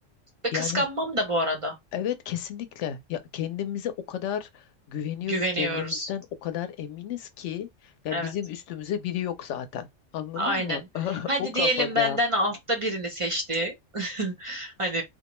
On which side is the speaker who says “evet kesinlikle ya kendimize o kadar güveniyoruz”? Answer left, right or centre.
Left